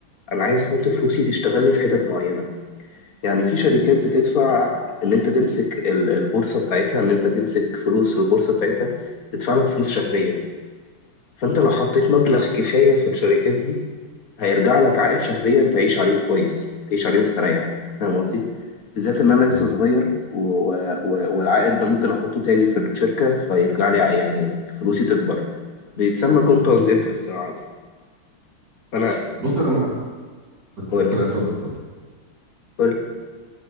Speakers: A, on the left; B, on the right.
A: انا عايز احط فلوسي تشتغل لي في حتت معينة يعني في شركات بتدفع اللي انت تمسك ال- البورصة بتاعتها ان انت تمسك فلوس في البورصة بتاعتها تدفع لك فلوس شهريا فانت لو حطيت مبلغ كفاية في الشركات دي هيرجع لك عائد شهريا تعيش عليه كويس تعيش عليه مستريح فاهم قصدي؟ بالذات ان انا لسه
B: مم.
A: صغير و... و... والعائد ده ممكن احطه تاني في الشركة فيرجع لي ع- يعني فلوسي تكبر بيتسمى كومباوند انترست انا عارفه فانا
B: بص انا ما... اتفضل
A: قول
B: اتفضل
A: لي